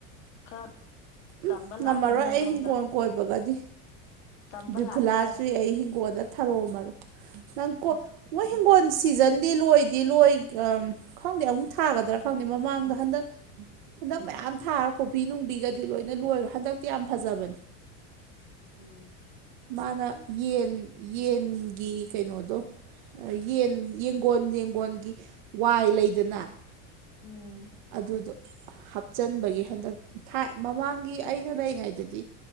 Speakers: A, on the left (about 40°); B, on the right (about 35°).
A: ꯈꯔ
B: ꯎꯝ
A: ꯇꯝꯕ
B: ꯉꯝꯃꯔꯣꯏ
A: ꯂꯥꯛꯀꯦ ꯅꯣꯏꯔꯣꯝꯗ
B: ꯑꯩ ꯍꯤꯡꯒꯣꯜ ꯀꯣꯏꯕꯒꯗꯤ
A: ꯇꯝꯕ
B: ꯕ꯭ꯔꯤꯐꯨꯂꯥ
A: ꯂꯥꯛꯀꯦ ꯍꯥꯏꯕ
B: ꯆꯨꯏ ꯑꯩ ꯍꯤꯡꯒꯣꯜꯗ ꯊꯔꯣ ꯃꯔꯣ ꯅꯪ ꯀꯣ ꯃꯣꯏ ꯍꯤꯡꯒꯣꯜ ꯁꯤꯖꯟꯗꯤ ꯂꯣꯏꯗꯤ ꯂꯣꯏ ꯈꯪꯗꯦ ꯑꯃꯨꯛ ꯊꯥꯒꯗ꯭ꯔꯥ ꯈꯪꯗꯦ ꯃꯃꯥꯡꯗ ꯍꯟꯗꯛ ꯍꯟꯗꯛ ꯃꯌꯥꯝ ꯊꯥꯔ ꯀꯣꯕꯤ ꯅꯨꯡꯕꯤꯒ ꯗꯤ ꯂꯣꯏꯅ ꯂꯣꯏꯔ ꯍꯟꯗꯛꯇꯤ ꯌꯥꯝ ꯐꯖꯕꯅꯦ
A: ꯎꯝ
B: ꯃꯥꯅ ꯌꯦꯟ ꯌꯦꯟꯒꯤ ꯀꯩꯅꯣꯗꯣ ꯌꯦꯟ ꯌꯦꯡꯒꯣꯟ ꯌꯦꯡꯒꯣꯟꯒꯤ ꯋꯥꯏ ꯂꯩꯗꯅ
A: ꯎꯝ
B: ꯑꯗꯨꯗꯣ ꯍꯥꯞꯆꯤꯟꯕꯒꯤ ꯍꯟꯗꯛ ꯊꯥꯏ ꯃꯃꯥꯡꯒꯤ
A: ꯑꯣ
B: ꯑꯩꯅ ꯂꯩꯔꯤꯉꯩꯗꯗꯤ